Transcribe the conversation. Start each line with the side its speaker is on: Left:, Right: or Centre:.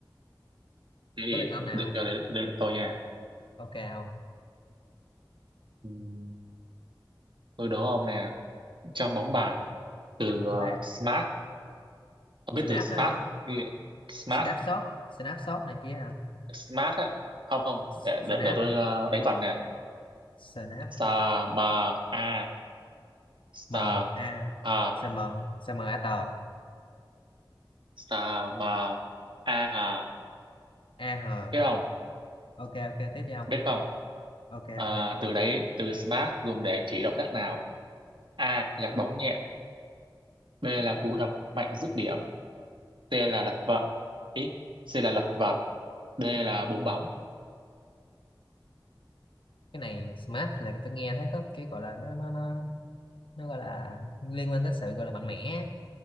Right: thế thì
Left: Tới lượt ông nào?
Right: tiếp theo đây, đây là tôi nha
Left: Ok không?
Right: Ừm, tôi đố ông nè trong bóng bàn từ
Left: Trong bóng
Right: ờ,
Left: bàn.
Right: smart ông
Left: Snap
Right: biết từ smart
Left: phải không?
Right: ghi- smart
Left: Snap shot, snap shot này kia hả?
Right: smart á không không
Left: Snap,
Right: để để, để tôi ờ, đánh vần nè
Left: snap,
Right: sa ma a sa
Left: M A,
Right: a
Left: S M, S M A T,
Right: sa ma a hà
Left: A H
Right: biết không
Left: ok ok tiếp đi ông
Right: biết không
Left: ok
Right: À,
Left: ok
Right: từ đấy từ smart dùng để chỉ động tác nào a gạt bóng nhẹ B là cú đập mạnh dứt điểm C là lật vợt ý C là lật vợt D là búng bóng
Left: cái này smart là tôi nghe thấy có cái gọi là nó nó nó nó gọi là liên quan tới sự gọi là mạnh mẽ